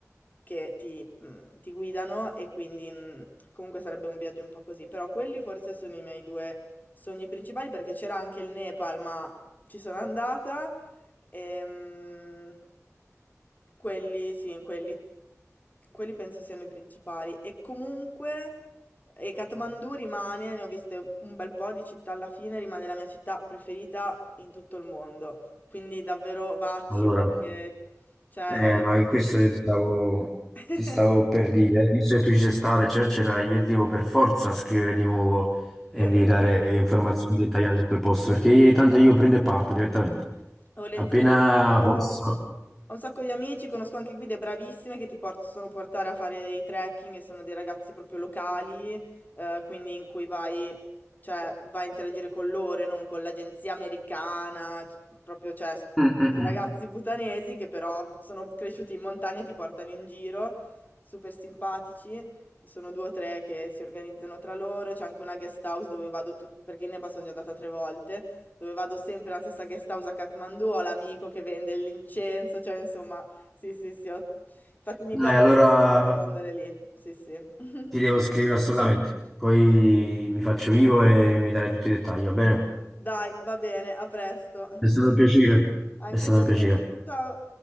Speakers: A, on the left; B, in the centre.
A: che ti, mm, ti guidano e quindi mm, comunque sarebbe un viaggio un po' così. Però quelli forse sono i miei due sogni principali perché c'era anche il Nepal, ma ci sono andata. Ehm, quelli, sì, quelli, quelli penso siano i principali. E comunque, e Kathmandu rimane, ne ho viste un bel po' di città alla fine, rimane la mia città preferita in tutto il mondo. Quindi davvero vacci
B: Allora,
A: perché, cioè...
B: Eh, ma questo io ti stavo,
A: <laughs>
B: ti stavo per dire, visto che tu ci sei stato, eccetera, eccetera, io ti devo per forza scrivere di nuovo e
A: <laughs>
B: mi devi dare eh, informazioni dettagliate su quel posto, perché tanto io prendo e parto direttamente.
A: Volentieri,
B: Appena
A: ma ho un
B: posso.
A: sacco ho un sacco di amici, conosco anche guide bravissime che ti possono portare a fare i trekking e sono dei ragazzi proprio locali, eh, quindi in cui vai, cioè, vai a interagire con loro e non con l'agenzia americana, tut- proprio, cioè, sono
B: Mm, mm, mm.
A: ragazzi butanesi che però sono cresciuti in montagna e ti portano in giro, super simpatici. Sono due o tre che si organizzano tra loro, c'è anche una guest house dove vado tut- perché ne passo sono già andata tre volte dove vado sempre nella stessa guest house a Kathmandu, ho l'amico che vende l'incenso, cioè insomma, sì, sì, sì, ho- infatti mi
B: Dai,
A: piace
B: allora
A: molto andare lì, sì, sì. <laughs>
B: ti devo scrivere assolutamente. Poi mi faccio vivo e mi darai tutti i dettagli, va bene?
A: Dai, va bene, a presto.
B: È stato un piacere.
A: Anche
B: È stato
A: per
B: un piacere.
A: me. Ciao.